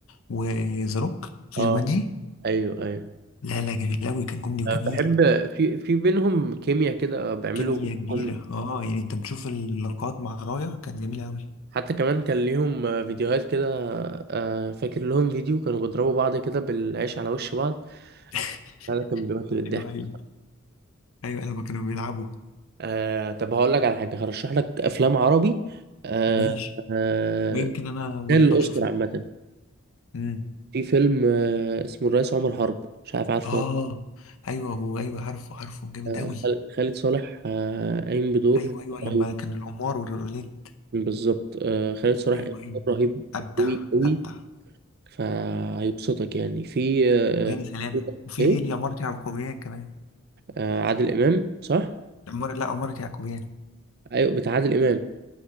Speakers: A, on the left; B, on the right.
A: وذا روك في
B: اه
A: جومانجي
B: ايوه ايوه
A: لا لا جميل قوي كان كوميدي وجميل
B: بحب في في بينهم كيمياء كده بيعملوا
A: بس كيمياء كبيره
B: هم
A: اه يعني انت بتشوف اللقاءات مع رايا كانت جميله قوي
B: حتى كمان كان ليهم آه، فيديوهات كده آه، فاكر لهم فيديو كانوا بيضربوا بعض كده بالعيش على وش بعض
A: <laughs>
B: هذا كان بيمثل الضحك
A: ايوه ايوه ايوه لما كانوا بيلعبوا
B: آه طب هقول لك على حاجة هرشح لك أفلام عربي آه
A: ماشي
B: آه
A: ويمكن انا ونتناقشوا
B: تستاهل الأوسكار
A: فيه
B: عامة
A: امم
B: في فيلم آه اسمه الرئيس عمر حرب مش عارف عارفه
A: اه
B: ولا
A: ايوه وايوه عارفه عارفه جامد
B: لأ.
A: قوي
B: خال- خالد صالح آه قايم بدور
A: ايوه ايوه لما
B: رهيب
A: كان القمار والروليت
B: بالظبط آه خالد صالح
A: ايوه
B: قايم
A: ايوه
B: بدور رهيب
A: ابدع
B: أوي أوي
A: ابدع
B: فهيبسطك يعني في مم. آه،
A: وهاني سلامه وفي
B: ايه
A: اليمارة يعقوبيان كمان
B: آه، عادل امام صح
A: العمارة لا عمارة يعقوبيان
B: ايوه بتاع عادل امام